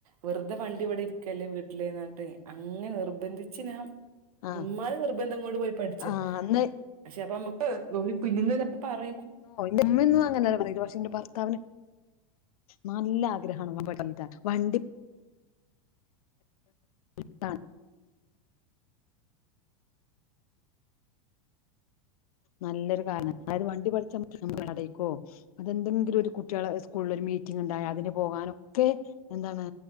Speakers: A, on the right (about 85°); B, on the left (about 80°).
A: വെറുത വണ്ടി ഇവിടെ ഇരിക്കല്ലേ വീട്ടിലീന്നർട്ട് അങ്ങെ നിർബന്ധിച്ച് ഞാം
B: ആ
A: ഉമ്മാനെ നിർ ബന്ധം കൊണ്ട് പോയി പഠിച്ചത.
B: ആ അന്ന്
A: പക്ഷെ അപ്പ അമ്മക്ക് പിന്നിന്ന് ഒരാള് പറയുമ്പം
B: ഓഹ് എന്റെമ്മെന്നും അങ്ങനല്ല പറയല് പക്ഷെന്റെ ഭർത്താവിന് നല്ല ആഗ്രഹാണ് <unintelligible> വണ്ടി താൻ നല്ലൊരു കാല <unintelligible> അതായത് വണ്ടി പഠിചാംപറ്റും <unintelligible> അതെന്തെങ്കിലും ഒരു കുട്ടിയാളെ സ്കൂളിൽ ഒരു മീറ്റിംഗ് ഇണ്ടായാ അതിന് പോവാനൊക്കെ എന്താണ്